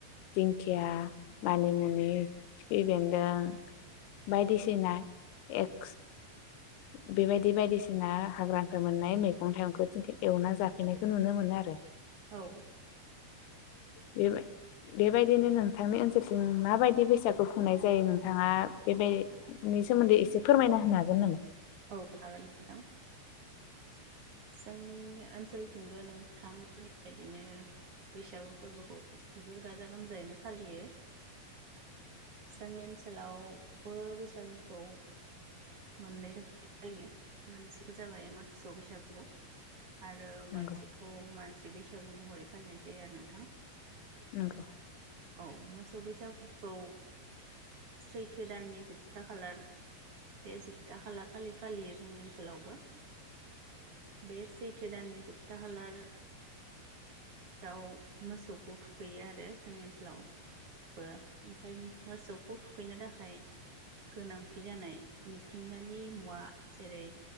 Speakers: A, on the left; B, on the right.
A: दिंखिया मानिमुनि खिफि बेन्दों बायदिसिना <inaudible> बेबायदि बायदिसिना हाग्रानिफ्राय मोननाय मैगं थाइगंखौ जोंखो एवना जाफैनायखौ नुनो मोनो आरो
B: औ औ
A: बे बेबाय बे बायदि नि नोंथांनि ओनसोलथिं माबायदि बैसागु खुंनाय जायो नोंथाङा बेबायनि सोमोन्दै एसे फोरमायना होनो हागोन नामा?
B: औ हागोन नोंथां जोंनि ओनसोलथिंबो नोंथांमोननि बायदिनो बैसागु फोरबोखौ जोबोर गाजा गोमजायैनो फालियो जोंनि ओनसोलावबो बैसागुखौ मोननै रोखोमै फालियो मोनसेखौ जाबाय मोासौ बैसागु <unintelligible> आरो
A: नंगौ
B: मोनसेखौ मानसि बैसागु महरै फालिनाय जायो आरो नोंथां
A: नंगौ
B: औ मोसौ बैसागुखौ सैथो दाननि जोबथा खालार बे जोबथा खालार फालि फालियो जोंनि ओनसोलावबो बे सैथो दाननि जोबथा खालार राव मोसौखौ थुखैयो आरो जोंनि ओनसोलाव बो ओमफाय मोसौखौ थुखैनो थाखाय गोनांथि जानाय मिथिंगानि मुवा जेरै